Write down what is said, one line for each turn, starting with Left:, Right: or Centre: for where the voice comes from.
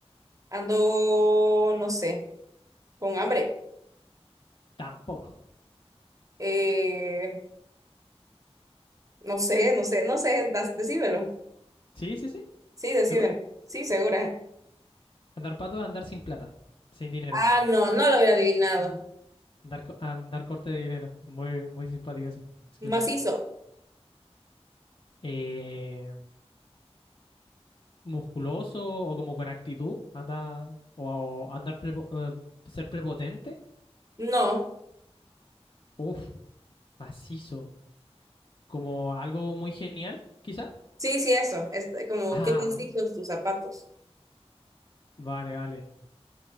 Right: ando, no sé, con hambre.
Left: tampoco.
Right: Eh, no sé, no sé, no sé, das- decímelo.
Left: Sí, sí, sí,
Right: Sí, decímelo.
Left: ¿segura?
Right: Sí, segura.
Left: Andar pato es andar sin plata, sin dinero.
Right: Ah, no, no lo había adivinado.
Left: Andar, co- andar corte de dinero. Muy, muy simpática esa expresión.
Right: Macizo.
Left: Eh, musculoso o como con actitud, anda, o, o andar prepo- eh, ser prepotente,
Right: No.
Left: uf macizo, como algo muy genial, quizá.
Right: Sí, sí, eso. Este, como,
Left: Ah,
Right: ¿qué macizo tus zapatos?
Left: vale, vale.